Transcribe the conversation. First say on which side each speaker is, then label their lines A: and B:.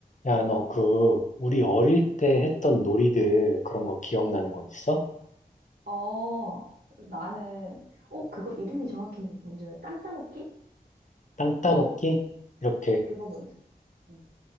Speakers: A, on the left; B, on the right.
A: 야, 너 그, 우리 어릴 때 했던 놀이들 그런 거 기억나는 거 있어?
B: 어, 나는, 어, 그거 이름이 정확히 뭔지 몰라. 땅 따먹기?
A: 땅 따먹기? 이렇게
B: 그거 뭔지. 음.